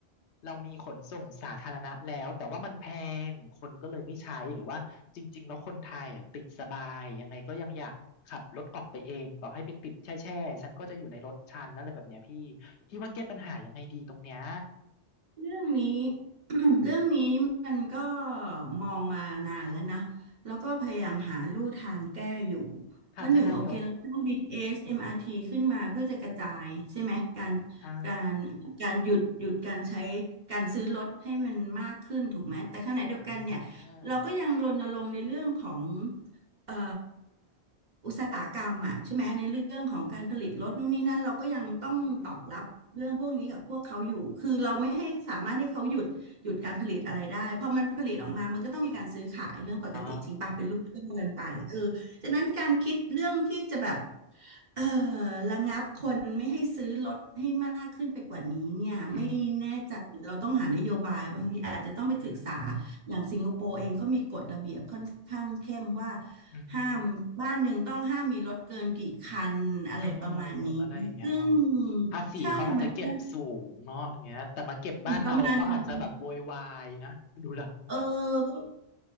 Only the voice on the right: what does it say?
เรื่องนี้ <clears throat> เรื่องนี้มันก็มองมานานแล้วนะแล้วก็พยายามหาลู่ทางแก้อยู่
ว่าหนึ่งโอเคเราสร้าง BTS MRT ขึ้นมาเพื่อจะกระจายใช่ไหมการ
การการหยุดหยุดการใช้การซื้อรถให้มันมากขึ้นถูกไหมแต่ขณะเดียวกันเนี่ยเราก็ยังรณรงค์ในเรื่องของ
เอ่อ อุตสาหกรรมอ่ะใช่ไหมในเรื่องของการผลิตรถนู่นนี่นั่นเราก็ยังต้องตอกรับเรื่องพวกนี้กับพวกเขาอยู่คือเราไม่ให้สามารถให้เขาหยุดหยุดการผลิตอะไรได้พอมันผลิตออกมามันก็ต้องมีการซื้อขายเรื่องปกติจริงป่ะเป็นลูกเรื่องเกินไปเออฉะนั้นการคิดเรื่องที่จะแบบ
เออระงับคนไม่ให้ซื้อรถให้มากขึ้นไปกว่านี้เนี่ยไม่แน่ใจเราต้องหานโยบายบางทีอาจจะต้องไปศึกษา
อย่างสิงคโปร์เองเขามีกฎระเบียบค่อนข้างเข้มว่า
ห้ามบ้านหนึ่งต้องห้ามมีรถเกินกี่คันอะไรประมาณนี้
ซึ่ง
ใช่มันก็หมนประมาณ
เออ